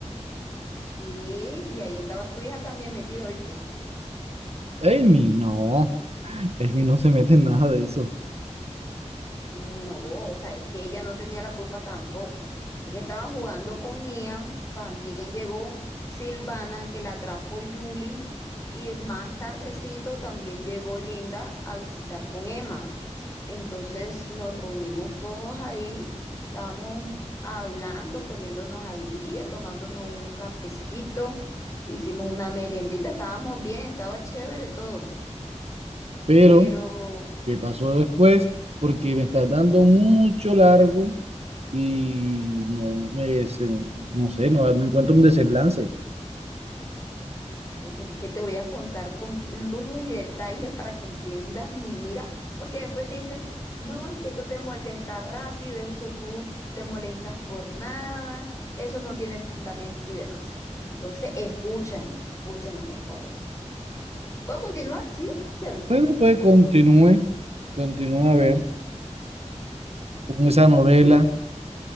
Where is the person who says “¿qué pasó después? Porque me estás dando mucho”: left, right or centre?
Right